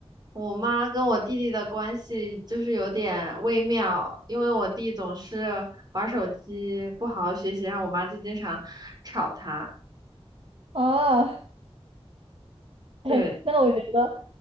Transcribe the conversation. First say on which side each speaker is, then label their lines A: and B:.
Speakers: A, on the right (about 40°); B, on the right (about 60°).
A: 我妈跟我弟弟的关系就是有点微妙，因为我弟总是玩手机，不好好学习，然后我妈就经常吵他。
B: 啊，嘿，
A: 对，
B: 那我觉得